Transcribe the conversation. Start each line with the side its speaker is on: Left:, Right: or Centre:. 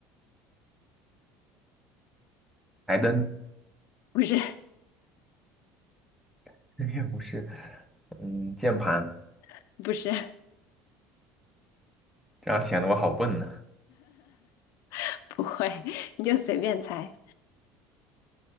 Centre: 台灯？
Left: 不是，
Centre: <laughs> 这也不是，嗯，键盘，
Left: <laughs> 不是，
Centre: 这样显得我好笨呢。
Left: <laughs> 不会，<laughs> 你就随便猜。